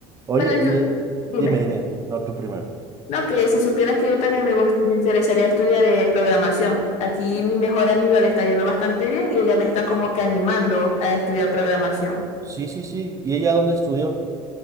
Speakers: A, on the right; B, on the left.
A: Oye,
B: Bueno, y
A: y
B: su-
A: eh,
B: dime.
A: dime, dime, no tú primero.
B: No, que si supieras que yo también me, gust- me interesaría estudiar eh, programación. Aquí mi mejor amiga le está yendo bastante bien y ella me está como
A: Ah,
B: que animando a estudiar programación.
A: Sí, sí, sí. ¿Y ella dónde estudió?